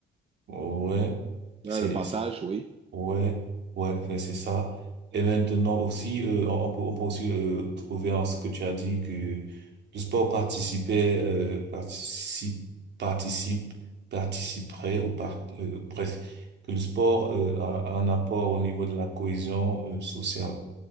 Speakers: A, on the right; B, on the right.
A: Ouais,
B: Là,
A: c'est
B: le partage, oui.
A: Ouais,
B: Oui.
A: ouais, ouais, c'est ça. Et maintenant aussi, euh, on on peut, on peut aussi euh, trouver en ce que tu as dit que le sport participait, euh, participe, participe, participerait ou par, euh, bref, que le sport euh, a, a un apport au niveau de la cohésion euh, sociale.